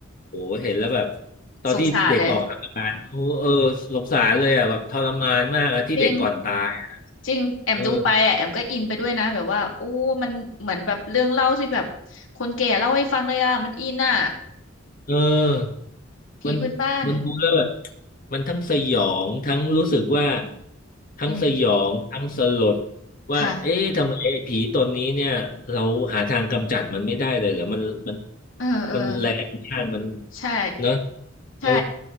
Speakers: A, on the left; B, on the left.
A: โหเห็นแล้วแบบตอนที่เด็กออกอาการโอ้เออสงสารเลยอ่ะแบบทรมานมากอ่ะที่เด็กก่อนตาย
B: สงสารเลย จริงจริงแอมดูไปอ่ะแอมก็อินไปด้วยนะแบบว่าโอ้มันเหมือนแบบเรื่องเล่าที่แบบ
A: เออ
B: คนแก่เล่าให้ฟังเลยอ่ะมันอินอ่ะ
A: เออ
B: ผีพื้นบ้าน
A: มันมันดูแล้วแบบมันทั้งสยองทั้งรู้สึกว่าทั้งสยองทั้งสลด
B: อืม
A: ว่าเอ๊ะทำไมไอ้ผีตนนี้เนี่ยเราหาทางกำจัดมันไม่ได้เลยเหรอมันมัน
B: ค่ะเออเออ
A: มันแรงมากมัน
B: ใช่
A: เนอะ
B: ใช่
A: เออ